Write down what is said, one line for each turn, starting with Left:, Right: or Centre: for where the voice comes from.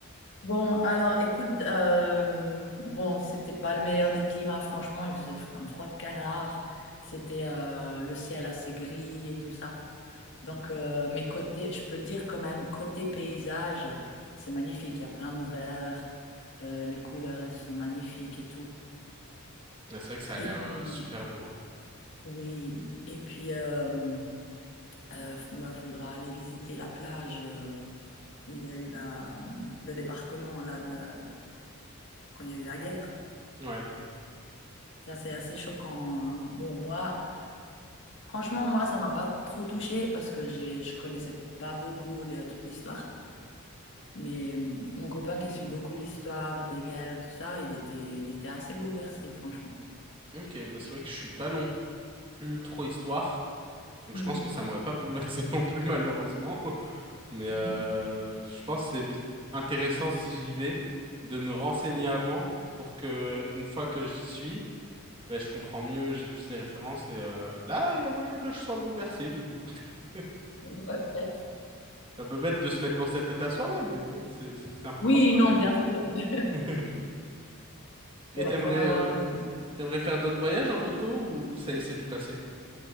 Left: Bon, alors écoute, euh, bon, c'était pas le meilleur des climats, franchement, il faisait fro- un froid de canard, c'était euh, le ciel assez gris et tout ça. Donc, euh, mais côté, je peux dire quand même, côté paysage, c'est magnifique, il y a plein de verts, euh, les couleurs, elles sont magnifiques et tout.
Right: Mais C'est vrai que ça a
Left: Et
Right: l'air
Left: puis,
Right: euh, super beau. hein.
Left: Oui, et puis euh, euh, f- bah, faudra aller visiter la plage euh, où il y a eu la, le débarquement là, de la- quand il y a eu la guerre.
Right: Ouais.
Left: Ça, c'est assez choquant. hein. Bon, moi, franchement, moi, ça m'a pas trop touchée parce que j'ai, je connaissais pas beaucoup les- toute l'histoire. Mais hum, mon copain qui suit beaucoup l'histoire des guerres, tout ça, il était, il était assez bouleversé, franchement.
Right: Ok, bah c'est vrai que je suis pas non plus trop histoire. Donc,
Left: Mhm.
Right: je pense que ça m'aurait pas bouleversé <laughs> non plus, malheureusement. Mais euh,
Left: Mhm.
Right: je pense que c'est bi- intéressant si j'y vais de me renseigner avant pour que, une fois que j'y suis, ben, je comprends mieux, j'ai plus les références et euh, là, il y a moyen que je sois bouleversé du coup. <laughs>
Left: Ouais, peut-être.
Right: Ça peut bête de se mettre dans cet état soi-même, mais bon, c'est c'est important
Left: Oui,
Right: de connaître
Left: non, bien
Right: en vrai.
Left: sûr. <laughs>
Right: <laughs> Et
Left: Faut,
Right: t'aimerais
Left: faut avoir.
Right: euh, t'aimerais faire d'autres voyages en moto ou ça y est, c'est du passé?